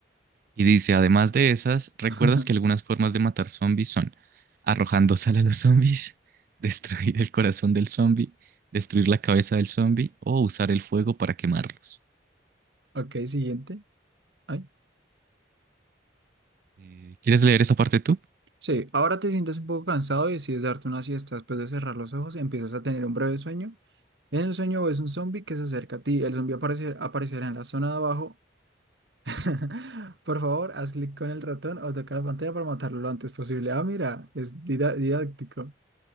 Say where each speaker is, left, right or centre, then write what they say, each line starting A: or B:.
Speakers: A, on the right; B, on the right.
A: Y dice, además de esas, ¿recuerdas
B: <laughs>
A: que algunas formas de matar zombies son arrojando <laughs> sal a los zombies, <laughs> destruir el corazón del zombie, destruir la cabeza del zombie o usar el fuego para quemarlos?
B: Ok, siguiente. Ay.
A: Eh, ¿quieres leer esa parte tú?
B: Sí, ahora te sientes un poco cansado y decides darte una siesta. Después de cerrar los ojos, empiezas a tener un breve sueño. En el sueño ves un zombie que se acerca a ti. El zombie aparecer- aparecerá en la zona de abajo. <laughs> Por favor, haz clic con el ratón o toca la pantalla para matarlo lo antes posible. Ah, mira, es dida- didáctico.